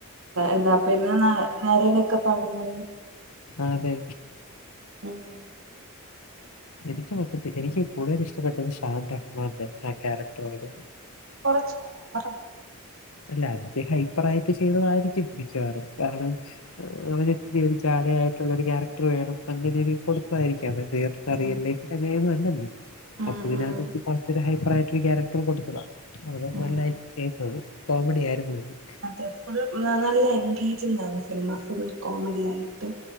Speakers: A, on the right; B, on the left.
A: എന്നാ പിന്നെ നേരനൊക്കെ പാടുന്നതും
B: അതെ
A: മ്മ്ഹ്..
B: എനിക്ക് മൊത്തത്തില് എനിക്ക് കൂടുതൽ ഇഷ്ടപ്പെട്ടത് ഷാന്ത. മാന്റെ ആ ക്യാരക്ടർ വര്..
A: കൊറച്ചോവറ..
B: അല്ല അത്ഹൈപ്പറായിട്ട്. ചെയ്തതായിരിക്കും മിക്കവാറും കാരണം.. അവര് ഇത്തിരി ഒരു ചാടയായിട്ടുള്ളൊരു ക്യാരക്ടർ വേണം പ്പ അങ്ങനെയൊ കൊടുതായിരിക്കാം എന്ത്യ്യാം.. ആ.
A: ഉം
B: റിയൽ ലൈഫിൽ അങ്ങേനെഒന്നും അല്ലല്ലോ.
A: ഉം
B: അപ്പൊ ഇതിനകത്ത്
A: ഉം
B: കൊ റച്ചരു ഹൈപ്പറായിട്ട് ഒരു കേരക്ടർ കൊടുത്തതാ.. അത്
A: ഉം
B: നല്ലയി ചെയ്തത് കോമഡി ആയിരുന്നു. ഇത്..
A: അതെ ഫുൾ നല്ല എൻഗേജ്ങ്ങാണ് സിനിമ ഫുൾ കോമഡിയയിട്ട്..